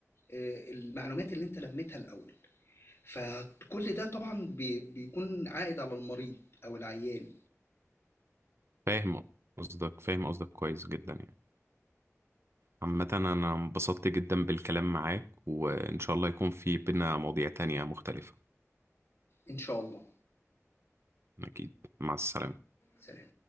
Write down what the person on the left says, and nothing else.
آه، المعلومات اللي انت لميتها الأول فكل ده طبعا بي- بيكون عائد على المريض أو العيان
إن شاء الله
سلام